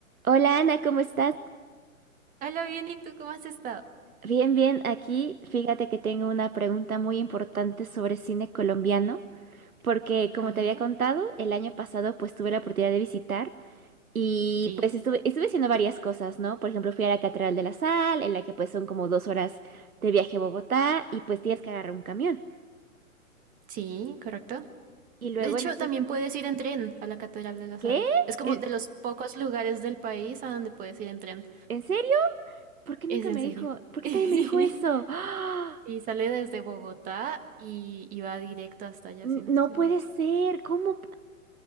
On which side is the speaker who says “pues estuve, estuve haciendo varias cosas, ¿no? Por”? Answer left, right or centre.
Right